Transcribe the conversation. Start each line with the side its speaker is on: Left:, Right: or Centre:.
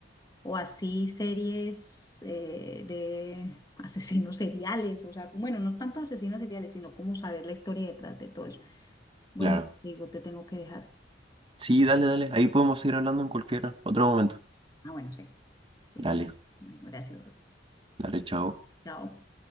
Left: o así series eh, de asesinos seriales, o sea, bueno, no tanto asesinos seriales, sino como saber la historia detrás de todo eso. Bueno,
Right: claro.
Left: digo, te tengo que dejar.
Right: Sí, dale, dale, ahí podemos seguir hablando en cualquier otro momento.
Left: Ah, bueno, sí, sí,
Right: Dale,
Left: tra- bueno, gracias. Ruth.
Right: dale, chao.
Left: Chao.